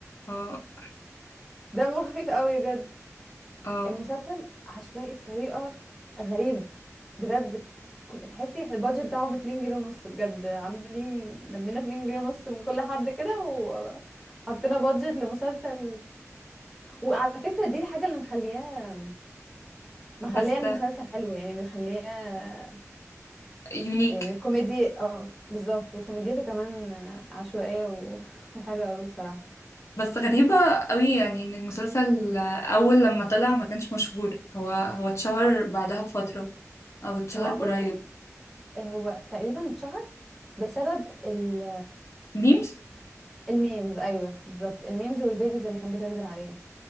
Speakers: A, on the left; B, in the centre.
A: اه
B: دمه خفيف قوي بجد
A: اه
B: المسلسل عشوائي بطريقة غريبة بجد ك- تحسي البادجت بتاعهم 2 جنيه ونص بجد عاملين لمينا 2 جنيه ونص من كل حد كده وحطينا بادجت لمسلسل وعلى فكرة دي الحاجة اللي مخلياه مخلياه
A: بس
B: المسلسل حلو يعني مخلياه
A: يونيك
B: يعني كوميدي اه بالظبط وكوميديته كمان عشوائية و... <laughs> وحلوة قوي بصراحة
A: بس غريبة قوي يعني ان المسلسل اول لما طلع ما كانش مشهور هو هو اتشهر بعدها بفترة او اتشهر
B: هو اعتقد
A: قريب
B: هو تقريبا اتشهر بسبب ال
A: ميمز
B: الميمز ايوه بالظبط الميمز والفيديوز اللي كانت بتنزل عليه